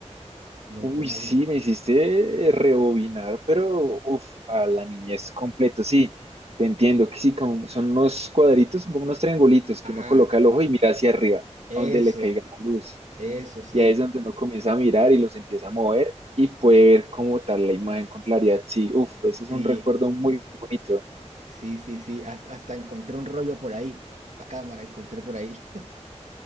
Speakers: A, on the right; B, on the right.
A: como
B: Uy,
A: si fuera una
B: sí,
A: lupa.
B: me hiciste rebobinar, pero uf, a la niñez completo, sí, te entiendo, que sí, como son unos cuadritos, son como unos triangulitos
A: Ajá,
B: que uno coloca el ojo y mira hacia arriba,
A: eso,
B: a donde le caiga la luz,
A: eso sí,
B: y ahí es donde uno comienza a mirar y los empieza a mover y puede ver como tal la imagen con claridad, sí, uf, ese
A: sí,
B: es un recuerdo muy bonito.
A: sí, sí, sí, hasta, hasta encontré un rollo por ahí, la cámara encontré por ahí. <laughs>